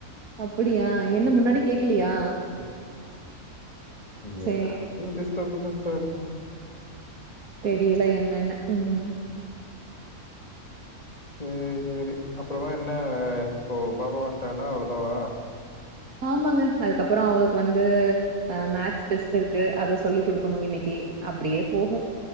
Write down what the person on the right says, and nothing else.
அப்பிடியா என்ன முன்னாடி கேக்கிலியா
சரி
தெரியில என்னன்னு ம்
ஆமாங்க அதுக்கப்றோ அவுளுக் வந்து அ மேக்ஸ் டெஸ்ட் இருக்கு அத சொல்லி குடுக்குணு இன்னிக்கு அப்டியே போகு